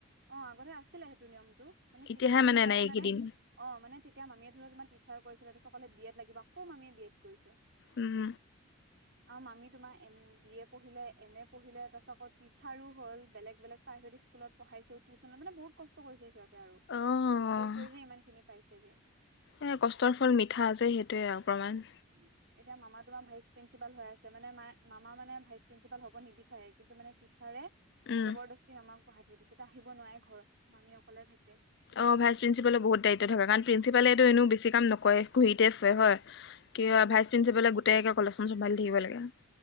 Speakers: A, on the right; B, on the left.
A: অ আগতে আছিলে সেইটো নিয়মটো মানে
B: এতিয়াহে
A: টিচাৰ সকলে
B: নাই এইকেইদিন
A: মানে অ মানে তেতিয়া মামীয়ে ধৰি লোৱা তোমাৰ টিচাৰ কৰিছিলে তাছত কলে বি এড লাগিব আকৌ মামীয়ে বি এড কৰিছে।
B: উম।
A: আৰু মামি তোমাৰ এম বি এ পঢ়িলে এম এ পঢ়িলে তাৰপিছত আকৌ টিচাৰো হ'ল বেলেগ বেলেগ প্ৰাইভেট স্কুলত পঢ়াইছেও টিউচন মানে বহুত কষ্ট কৰিছে সিহঁতে আৰু,
B: অ'
A: কৈ কৈহে ইমানখিনি পাইছেগে।
B: এই কষ্টৰ ফল মিঠা আছে সেইটোৱে আও প্ৰমাণ।
A: উম। এতিয়া মামা তোমাৰ ভাইচ প্ৰিন্সিপাল হৈ আছে মানে মাই মামা মানে ভাইচ প্ৰিন্সিপাল হ'ব নিবিচাৰে কিন্তু মানে টিচাৰে
B: উম।
A: জবৰদস্তি মামাক পঢ়াই থৈ দিছে ত আহিব নোৱাৰে ঘৰত মামী অকলে থাকে।
B: অ ভাইচ প্ৰিন্সিপালৰ বহুত দায়িত্ব থকাে কাৰণ প্ৰিন্সিপালেটো
A: অ',
B: এনে বেছি কাম নকৰে ঘুহিতে ফুৱে হয়। কিয়
A: উম,
B: ভাই প্ৰিন্সিপালে গোটেই কলেজখন চম্ভালি থাকিব লাগে।